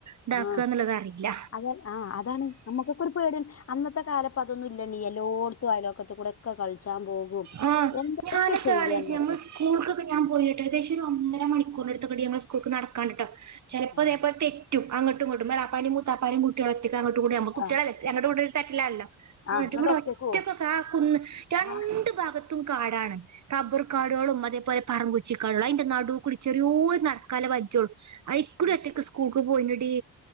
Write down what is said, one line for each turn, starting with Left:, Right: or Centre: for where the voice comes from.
Right: ഇതാക്ക
Left: ആഹ്
Right: എന്ന്ള്ളത് അറിയില്ല
Left: അത ആഹ് അതാണ് നമ്മക്കൊക്കെരു പേടിയാണ് അന്നത്തെ കാലപ്പതൊന്നുല്ല നീ എല്ലോട്ത്തും ആയൊലോക്കത്കൂടെ ക്കെ കളിച്ചാൻപോകും
Right: ആഹ്
Left: എന്തൊക്കെ
Right: ഞാനൊക്കെ
Left: ചെയ്യും
Right: ആലോചിച്ചു
Left: അന്നൊക്കെ
Right: നമ്മൾ സ്കൂൾക്കൊക്കെ ഞാൻ പോയിട്ട് ഏദേശം ഒരു ഒന്നര മണിക്കൂറിനടുത്തകടി ഞങ്ങള സ്കൂൾക്ക് നടക്കാണ്ടിട്ടോ ചെലപ്പോ
Left: ആഹ്
Right: ഇതേ പോലെ തെറ്റും അങ്ങട്ടും ഇങ്ങട്ടും എളാപ്പന്റേം മൂത്താപ്പാന്റേം കുട്ടിയളൊറ്റെക്കങ്ങട്ടും കൂടി നമ്മ കുട്ട്യേളല്ലേ
Left: ആഹ്
Right: ങ്ങട്ടു ഇങ്ങട്ടു തറ്റിലല്ല അങ്ങട്ടും
Left: ആഹ് ഇങ്ങട്ട്
Right: ഇങ്ങട്ടും
Left: ഒറ്റക്ക്
Right: ഒറ്റക്കൊക്കെ
Left: പോവും
Right: ആ കുന്ന് രണ്ടു
Left: ആഹ്
Right: ഭാഗത്തും കാടാണ് കബ്ർ കാടുകളും
Left: ആഹ്
Right: അതേപോലെ പറംങ്കുച്ചി കാടുകളും അയ്ന്റെ നടുകൂടി ചെറിയോര് നടക്കാല വജ്ജളും അയക്കൂടി
Left: ഉം
Right: ഒറ്റക്ക് സ്കൂൾക്ക് പോയിനടി